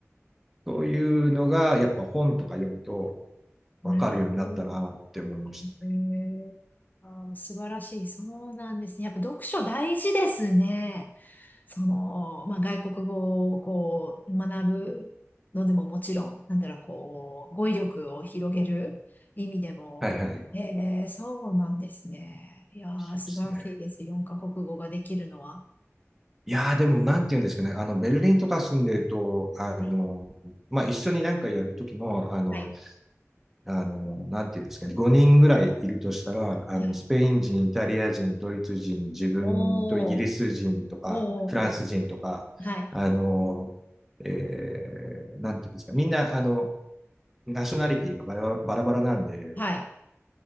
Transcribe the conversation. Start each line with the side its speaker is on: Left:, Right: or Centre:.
Centre: そういうのが、やっぱ本とか読むと分かるようになったなって思いましたね
Left: なるほど。えー、あー、素晴らしい。そうなんですね。やっぱ読書大事ですね。その、まあ、外国語をこう学ぶのでももちろん、なんだろう、こう、語彙力を広げる意味でも。
Centre: はいはい。
Left: えー、そうなんですね。いやー、
Centre: そうですね。
Left: 素晴らしいです。四カ国語ができるのは。
Centre: いやーでも、なんて言うんですかね。あの、ベルリンとか住んでると、あの、
Left: はい。
Centre: まあ、一緒になんかやるときも、あの、
Left: はい。
Centre: あの、なんていうんですかね、5人ぐらいいるとしたら、あの、
Left: はい
Centre: スペイン人、イタリア人、ドイツ人、自分とイギリス人とか、
Left: おー、おー、
Centre: フランス人とか、
Left: はい。
Centre: あの、えー、なんていうんですか、みんな、あの、ナショナリティがバラバラバラなんで、
Left: はい。